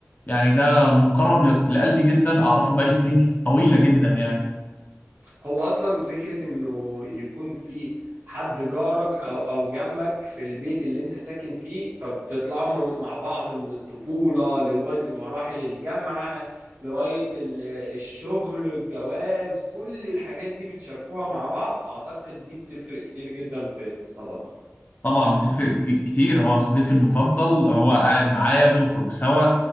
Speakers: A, on the left (about 35°); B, on the right (about 55°).
A: يعني ده مقرب ل- لقلبي جدا أعرفه بقالي سنين كت- طويلة جدا يعني
B: هو اصلا فكره انه يكون في حد جارك او او جنبك في البيت اللي انت ساكن فيه فبتطلعوا م- مع بعض من الطفوله لغايه المراحل الجامعه لغايه ال- الشغل الجواز كل الحاجات دي بتشاركوها مع بعض اعتقد دي بتفرق كتير جدا في في الصداقه
A: طبعا بتفرق ك- كتير هو صديقي المفضل هو قاعد معايا بنخرج سوا